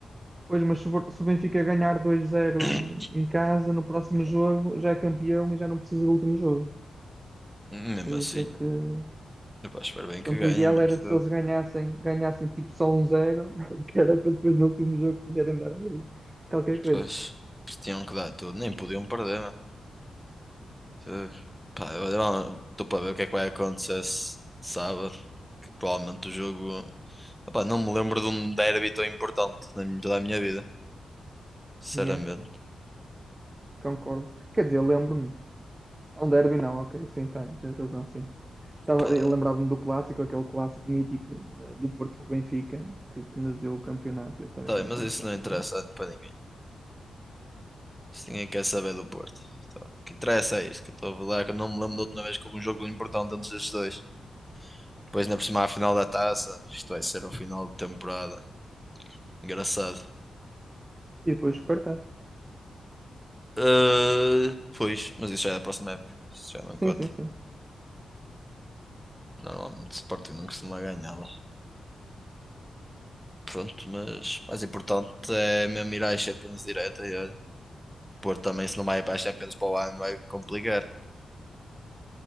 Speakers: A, on the right (about 20°); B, in the centre.
A: Pois, mas se o se o Benfica ganhar dois 0
B: <coughs>
A: no- em casa, no próximo jogo já é campeão e já não precisa do último jogo.
B: <clears throat>
A: Por
B: Mesmo
A: isso
B: assim.
A: é que.
B: Epá, espero bem que
A: Portanto,
B: ganhem,
A: o ideal
B: mas
A: era se
B: eh,
A: eles ganhassem, ganhassem tipo só um zero <laughs> que era para depois no último jogo poderem dar ali qualquer coisa.
B: pois, eles tinham que dar tudo, nem podiam perder, mano. Fogo. Pá, eu estou para ver o que é que vai acontecer se- sábado. Que provavelmente o jogo. Opá, não me lembro de um derby tão importante na minha- toda a minha vida. Sinceramente.
A: Yeah, concordo. Quer dizer, lembro-me. Um derby não, ok, sim, tá, tens razão, sim. Tava,
B: Pá,
A: eu lembrava-me do clássico, aquele clássico mítico eh, do Porto com o Benfica, que, que nos deu o campeonato, esse também
B: tá
A: foi
B: bem, mas
A: muito
B: isso
A: importante.
B: não interessa
A: Mas...
B: para ninguém. Se ninguém quer saber do Porto. Tá, O que interessa é isto que eu estou a falar, é que eu não me lembro da última vez que houve um jogo importante entre estes dois. Depois, na próxima a final da taça, isto vai ser um final de temporada. Engraçado.
A: E depois o Supertaça.
B: Ah, pois, mas isso já é da próxima época. Isso já não
A: Sim,
B: conta.
A: sim, sim.
B: Normalmente o Sporting não costuma ganhar lá. Pronto, mas mais importante é mesmo ir à Champions direta e olha, Porto também se não vai ir para a Champions para o ano vai complicar.